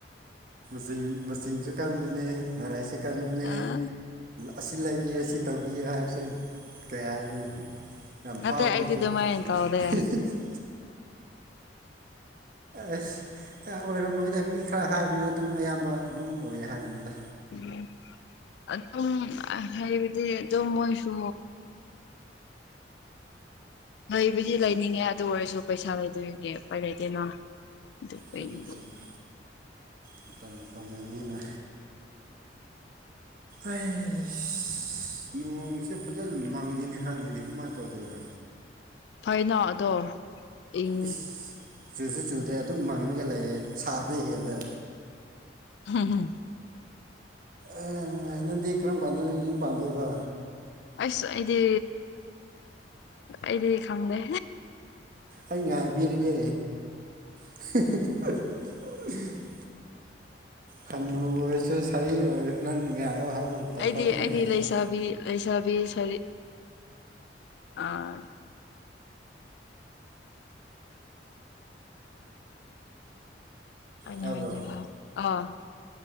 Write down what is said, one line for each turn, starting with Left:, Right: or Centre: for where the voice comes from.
Right: ꯆ ꯃꯆꯤꯟꯁꯨ ꯀꯟꯕꯅꯦ ꯃꯔꯥꯏꯁꯨ ꯀꯟꯕꯅꯦ
Left: ꯑꯥ
Right: ꯑꯁꯤ ꯂꯩꯕꯤꯌꯦ ꯑꯁꯤ ꯇꯧꯕꯤꯌꯣ ꯍꯥꯏꯕꯁꯨ ꯀꯌꯥꯅꯤ ꯌꯥꯝ
Left: ꯅꯠꯇꯦ
Right: ꯐꯥꯎꯕꯅꯤ
Left: ꯑꯩꯗꯤ
Right: ꯑ
Left: ꯑꯗꯨꯃꯥꯏꯅ ꯇꯧꯗꯦ
Right: ꯑꯁ ꯑꯣꯏꯔꯝꯃꯣꯏꯗ ꯃꯤ ꯈꯔ ꯍꯥꯏꯕꯅꯤꯅ ꯑꯗꯨꯝ ꯑꯌꯥꯝꯕ ꯑꯗꯨꯝ ꯑꯣꯏꯌꯦ ꯍꯥꯏꯕꯅꯤꯗ
Left: ꯎ ꯑꯗꯨꯝ ꯍꯥꯏꯕꯗꯤ ꯑꯗꯨꯝ ꯃꯣꯏꯁꯨ ꯂꯩꯕꯩꯗꯤ ꯂꯩꯅꯤꯡꯉꯦ ꯑꯗꯨ ꯑꯣꯏꯔꯁꯨ ꯄꯩꯁꯥ ꯂꯩꯇꯕꯒꯤ ꯎꯄꯥꯏ ꯂꯩꯇꯦꯅ꯫ ꯑꯗꯨꯒꯤ
Right: ꯆꯨꯝꯃꯦ ꯆꯨꯝꯃꯦ ꯃꯇꯝ ꯃꯇꯝꯅ ꯅꯤꯅ ꯑꯩꯁ ꯅꯣꯡꯁꯦ ꯐꯖꯅ ꯃꯪꯉꯅꯦ ꯈꯪꯗꯦꯅꯦ ꯀꯃꯥꯏꯅ ꯇꯧꯗꯣꯏꯅꯣ
Left: ꯐꯅꯣ ꯑꯗꯣ ꯏꯪ
Right: ꯏꯁ ꯆꯨꯁꯨ ꯆꯨꯗꯦ ꯑꯗꯨꯝ ꯃꯪꯉꯒ ꯂꯩꯌꯦꯦ ꯁꯥꯕꯩ ꯍꯦꯜꯂꯦ
Left: ꯍꯝ ꯍꯝ
Right: ꯑꯦ ꯍ ꯅꯪꯗꯤ ꯀꯔꯝ ꯀꯥꯟꯗ ꯌꯨꯝ ꯄꯥꯟꯗꯣꯏꯕ
Left: ꯑꯁ ꯑꯩꯗꯤ ꯑꯩꯗꯤ ꯈꯪꯗꯦ
Right: ꯑꯩ ꯉꯥꯏꯕꯤꯔꯤꯒꯦ <unintelligible> ꯍꯟꯅꯨꯔꯁꯨ ꯁꯥꯔꯤ ꯑꯣꯏꯔꯁꯨ ꯅꯪ ꯅꯤꯡꯉꯥꯏꯌꯣ ꯍꯥꯏꯕ ꯃꯇꯝ
Left: ꯑꯩꯗꯤ
Right: ꯐꯥꯎ ꯑꯗꯨꯝ
Left: ꯑꯩꯗꯤ
Right: ꯉꯥꯏꯔꯅꯤ
Left: ꯂꯩꯁꯥꯕꯤ ꯂꯩꯁꯥꯕꯤ ꯁꯔꯤ ꯑꯥ ꯑꯩꯅ
Right: ꯇꯥꯕ꯭ꯔꯣ
Left: ꯍꯥꯏꯗꯤꯀꯣ ꯑꯥ